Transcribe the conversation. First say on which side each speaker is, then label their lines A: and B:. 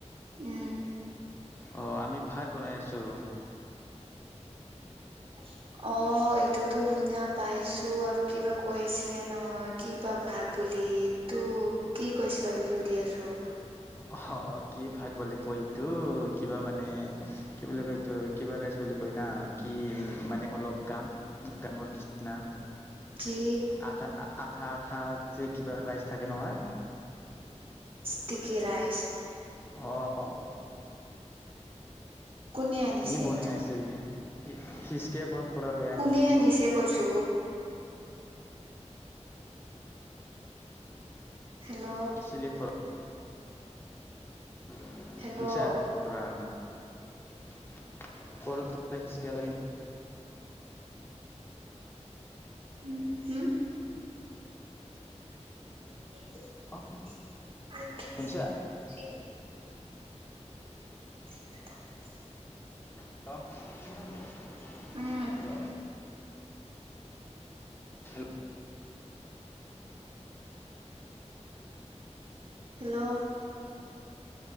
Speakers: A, on the right; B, on the left.
A: উমঁ'।
B: অঁ' আমি ভাত বনাই আছোঁ।
A: <unintelligible> অঁ' এইটোতো শুনা পাইছো আৰু কিবা কৈ আছিলে নহয় কিবা ভাত বুলি। তো, কি কৈছিলা বুলি সুধি আছোঁ।
B: অঁ' কি ভাত বুলি কয় এইটো কিবা মানে কি বুলি কয় এইটো কিবা ৰাইচ বুলি কয় না কি মানে অলপ গাম <unintelligible> নিচিনা।
A: কি?
B: আঠা, আঠা আঠা যে কিবা ৰাইচ থাকে নহয়।
A: Sticky rice.
B: অঁহ'
A: কোনে আনিছে
B: ই বনাই
A: এইটো
B: আছিল। সিচকে ক'ত পৰা লৈ আ
A: কোনে আনিছে কৈছোঁ? হেল্ল'।
B: আনিছিলি ঘৰত <unintelligible>
A: হেল্ল' উম, হম। <unintelligible>
B: অ' শুনছা
A: <inaudible>
B: <unintelligible>
A: উম
B: hello
A: hello.